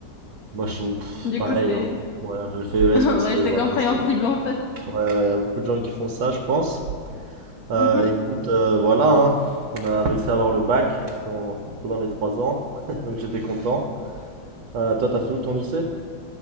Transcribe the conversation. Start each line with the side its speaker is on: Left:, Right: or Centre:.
Right: Moi, je pff,
Left: Du
Right: pareil.
Left: coup, t'es...
Right: Hein. Ouais, j'ai fait ES
Left: <laughs>
Right: parce
Left: Ouais,
Right: que
Left: c'est
Right: voilà.
Left: compréhensible,
Right: c'est-
Left: en fait.
Right: Ouais, ouais, il y a beaucoup de gens qui font ça, je pense. Euh,
Left: Mhm.
Right: écoute, euh, voilà. hein. On a réussi à avoir le bac dans- pendant les trois ans, <laughs> donc j'étais content. Euh, toi, t'as fait où ton lycée?